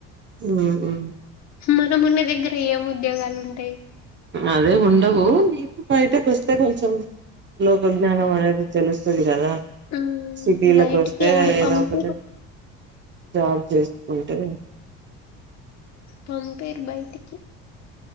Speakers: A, on the right; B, on the left.
A: ఊ ఊ
B: మనం ఉన్న దగ్గర ఏం ఉద్యోగాలు ఉంటాయి
A: అదే ఉండవు నీకూ బయటకి వస్తే కొంచెం లోక జ్ఞానం అనేది తెలుస్తుది కదా
B: హ్మ్.
A: సిటీలకు
B: బయటికి
A: వస్తే
B: యాడ
A: ఏదో
B: పంపిరు
A: ఒకటి జాబ్ చేసుకుంటే
B: పంపీరు బయటికి